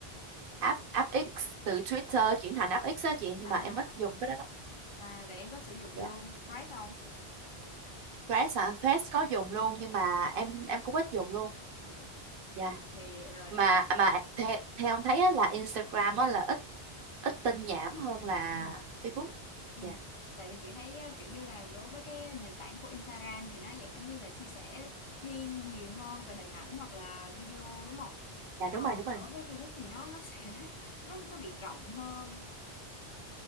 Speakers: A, on the right; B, on the left.
A: app app X từ Twitter chuyển thành app X á chị nhưng
B: à
A: mà
B: à
A: em ít dùng cái đó lắm.
B: à vậy em có sử dụng
A: Dạ.
B: luôn Thread không
A: Threads hả? Threads có dùng luôn nhưng mà em em cũng ít dùng luôn.
B: Ờ,
A: Dạ.
B: thì ờ,
A: Mà mà theo, theo ông thấy á, là Instagram á, là ít ít tin nhảm hơn là
B: Ừ.
A: Facebook.
B: Ừ.
A: Dạ.
B: Tại vì chị thấy ờ, kiểu như là đối với cái nền tảng của Instagram thì nó dạng giống như là chia sẻ thiên nhiều hơn về hình ảnh hoặc là video đúng không?
A: Dạ
B: Còn
A: đúng rồi, đúng rồi.
B: đối với Facebook thì nó nó sẽ <laughs> nó nó bị rộng hơn